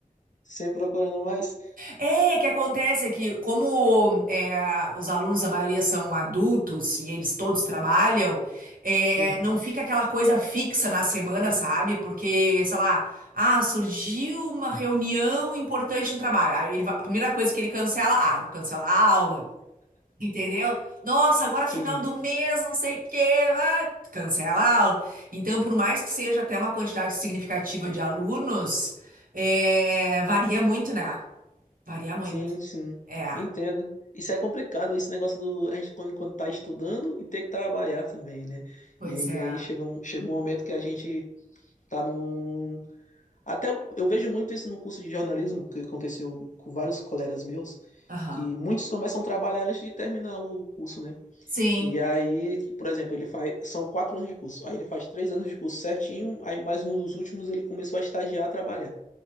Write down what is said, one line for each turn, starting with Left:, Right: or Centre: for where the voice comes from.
Left: Sempre procurando mais?
Right: É, que acontece é que, como é, os alunos, a maioria são adultos e eles todos trabalham, é,
Left: Sim,
Right: não fica aquela coisa fixa na semana, sabe? Porque, sei lá, ah, surgiu uma reunião importante no trabalho. Aí ele va- a primeira coisa que ele cancela, ah, vou cancelar a aula. Entendeu? Nossa, agora
Left: sim.
Right: final do mês, não sei o quê, ah, cancela a aula. Então, por mais que seja até uma quantidade significativa de alunos, é, varia muito, né? Varia muito.
Left: Sim, sim,
Right: É,
Left: entendo. Isso é complicado, esse negócio do a gente quando, quando tá estudando e ter que trabalhar também, né?
Right: pois
Left: E
Right: é.
Left: aí chega um, chega um momento que a gente tá num. Até eu eu vejo muito isso no curso de jornalismo, que aconteceu com vários colegas meus,
Right: Aham.
Left: que muitos começam a trabalhar antes de terminar o curso, né?
Right: Sim,
Left: E aí, por exemplo, ele faz. São quatro anos de curso. Aí ele faz três anos de curso certinho, aí mais nos últimos ele começou a estagiar, a trabalhar.